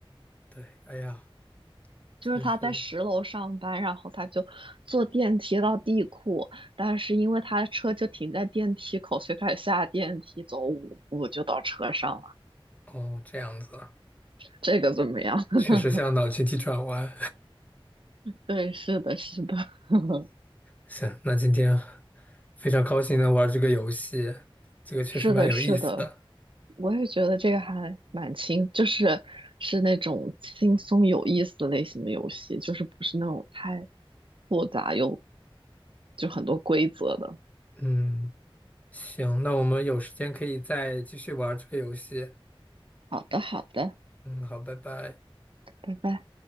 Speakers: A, on the left; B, on the right.
A: 对，哎呀，真是
B: 就是他在十楼上班，然后他就坐电梯到地库，但是因为他的车就停在电梯口，所以他下电梯走五步就到车上了。
A: 哦，这样子啊，
B: 这个怎么样？<laughs>
A: 确实像脑筋急转弯。
B: 对，是的，是的，<laughs>
A: 行，那今天非常高兴能玩这个游戏，这个确实蛮有意思的。
B: 是的，是的，我也觉得这个还蛮轻，就是是那种轻松有意思类型的游戏，就是不是那种太复杂又就很多规则的。
A: 嗯，行，那我们有时间可以再继续玩这个游戏。
B: 好的，好的，
A: 嗯，好，拜拜。
B: 拜拜。